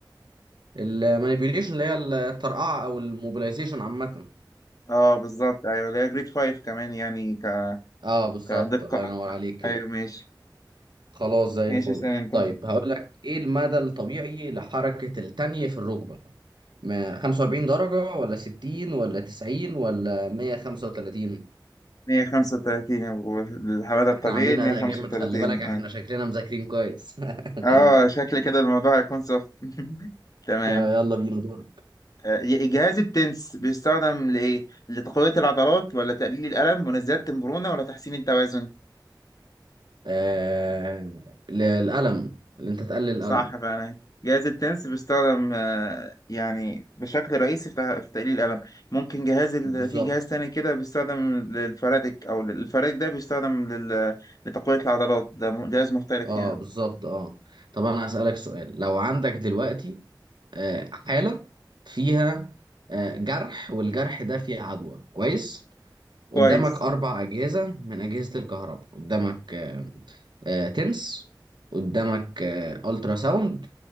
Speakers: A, on the right (about 70°); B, on the left (about 50°).
A: المانيبيوليشن اللي هي الترقعه او الموبيلايزيشن عامه
B: اه بالظبط ايوه اللي هي جريد 5 كمان يعني ك...
A: اه بالظبط
B: كدقه
A: الله ينور
B: اكتر
A: عليك كده
B: ايوه ماشي
A: خلاص زي
B: ماشي
A: الفل
B: اسلم انت
A: طيب هقول لك ايه المدى الطبيعي لحركة التانية في الركبة ما 45 درجة ولا 60 ولا 90 ولا 135
B: 135 يا ابو الحمادة الطبيعي
A: احنا عاملين
B: 135
A: اداء جامد خلي بالك احنا
B: اه
A: شكلنا مذاكرين كويس
B: اه
A: <laughs>
B: شكل كده الموضوع هيكون سخن <laughs> تمام
A: آه، يلا بينا دورك
B: آه، جهاز التنس بيستخدم لإيه؟ لتقوية العضلات ولا تقليل الألم ولا زيادة المرونة ولا تحسين التوازن؟
A: آه... ل- الألم اللي انت تقلل
B: صح
A: الألم
B: فعلا جهاز التنس بيستخدم آه، يعني بشكل رئيسي في تح- في تقليل الألم ممكن جهاز ال...
A: بالظبط
B: في جهاز تاني كده بيستخدم للفرادك أو لل- الفرادك ده بيستخدم لل... لتقوية العضلات ده م- جهاز مختلف
A: اه
B: يعني
A: بالظبط اه طب انا هسألك سؤال لو عندك دلوقتي آه حالة فيها آه جرح والجرح ده فيه عدوى كويس قدامك
B: كويس
A: أربع أجهزة من أجهزة الكهرباء قدامك آه، آه، تنس قدامك آه، ألترا ساوند